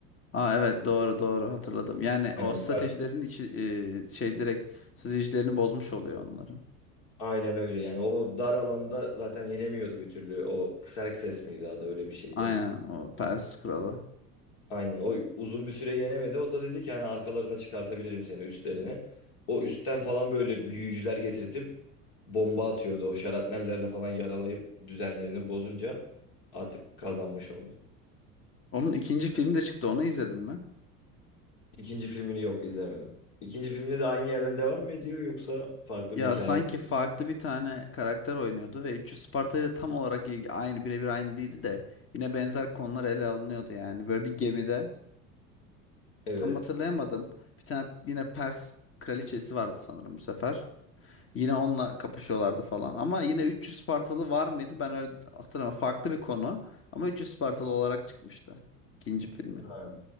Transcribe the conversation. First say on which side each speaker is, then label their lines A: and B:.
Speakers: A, on the left (about 30°); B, on the left (about 55°).
A: Aa evet doğru doğru hatırladım. Yani
B: Aynen.
A: o stratejilerin
B: Tabii.
A: içi e, şey direkt stratejilerini bozmuş oluyor onların.
B: Aynen öyle yani. O dar alanda zaten yenemiyordu bir türlü. O Xerxes miydi adı öyle bir şeydi.
A: Aynen o Pers Kralı.
B: Aynen o uzun bir süre yenemedi. O da dedi ki hani arkalarına çıkartabilirim seni üstlerine. O üstten falan böyle büyücüler getirtip bomba atıyordu. O şarapnellerle falan yaralayıp düzenlerini bozunca artık kazanmış oldu.
A: Onun ikinci filmi de çıktı onu izledin mi?
B: İkinci filmini yok izlemedim. İkinci filminde de aynı yerden devam mı ediyor yoksa farklı
A: Ya
B: bir hikaye
A: sanki
B: mi?
A: farklı bir tane karakter oynuyordu ve 300 Sparta'yı da tam olarak ilgi, aynı birebir aynı değildi de yine benzer konular ele alınıyordu yani. Böyle bir gemide
B: Evet.
A: tam hatırlayamadım. Bir tane yine Pers kraliçesi vardı sanırım bu sefer. Yine onunla kapışıyorlardı falan. Ama yine 300 Spartalı var mıydı? Ben öyle hatırlamıyorum. Farklı bir konu. Ama 300 Spartalı olarak çıkmıştı ikinci filmi.
B: Ha.